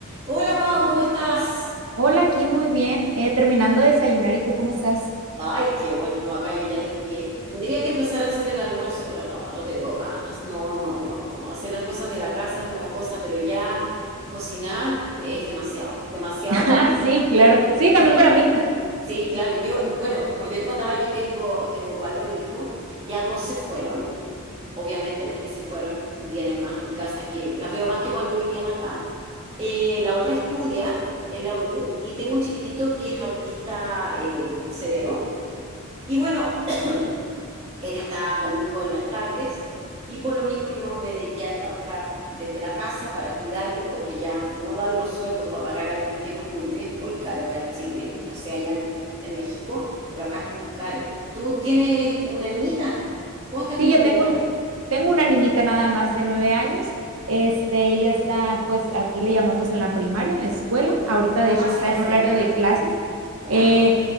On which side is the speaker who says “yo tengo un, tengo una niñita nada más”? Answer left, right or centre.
Right